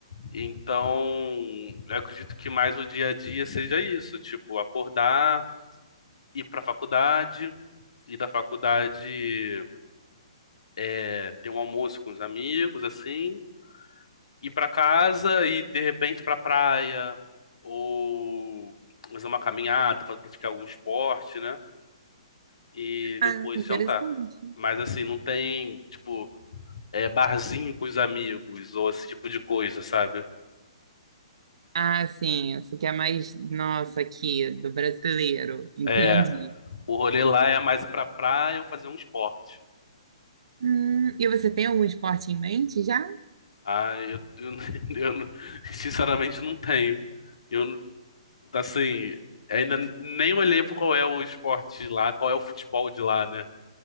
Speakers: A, on the left; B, on the right.
A: Então, eu acredito que mais o dia a dia seja isso, tipo, acordar, ir para a faculdade, ir da faculdade, é, ter um almoço com os amigos, assim, ir para casa e de repente para praia ou fazer uma caminhada, pra praticar algum esporte, né? e
B: Ah,
A: depois
B: interessante.
A: jantar. Mas assim, não tem, tipo, é, barzinho com os amigos ou esse tipo de coisa, sabe?
B: Ah, sim, isso que é mais nosso aqui, do brasileiro. Entendi.
A: É, o rolê lá é mais ir pra praia ou fazer um esporte.
B: Hum, e você tem algum esporte em mente já?
A: Ah, eu, eu, <laughs> eu não- sinceramente não tenho. Eu, assim, ainda nem olhei pra qual é o esporte de lá, qual é o futebol de lá, né?